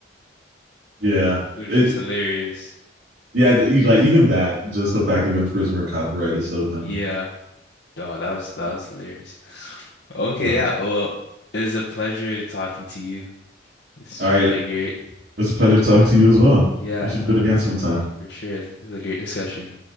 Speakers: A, on the right (about 55°); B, on the left (about 60°).
A: <laughs> yeah,
B: which
A: it,
B: was hilarious.
A: yeah, you- like even that, just the fact he went to prison for copyright is so dumb.
B: Yeah, no, that was that was hilarious. Okay,
A: But
B: yeah. Well, it was a pleasure talking to you. This
A: all
B: is
A: right,
B: really great.
A: it's a pleasure talking to you as well.
B: Yeah,
A: We should
B: no,
A: do it again
B: it's,
A: sometime.
B: for sure. It was a great discussion.